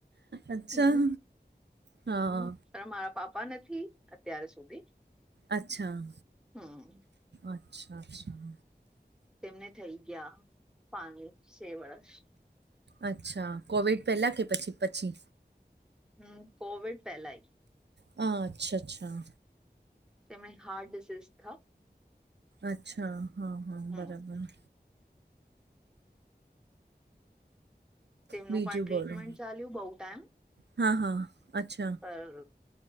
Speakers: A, on the right; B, in the centre.
A: અચ્છા,
B: હમ
A: હા.
B: હમ પણ મારા પાપા નથી અત્યાર સુધી.
A: અચ્છા,
B: હમ
A: અચ્છા અચ્છા.
B: તેમને થઇ ગયા પાણી છે વર્ષ.
A: અચ્છા, કોવિડ પહેલાં કે પછી પછી.
B: હમ્મ, કોવિડ પહેલાય.
A: હા, અચ્છા અચ્છા.
B: તેમણે હાર્ટ ડિઝઝ થ
A: અચ્છા, હા હા
B: હમ
A: બરાબર.
B: તેમનું
A: બીજું
B: પણ ટ્રીટમેન્ટ
A: બોલો
B: ચાલ્યું બહુ ટાઈમ.
A: હા હા, અચ્છા.
B: પર,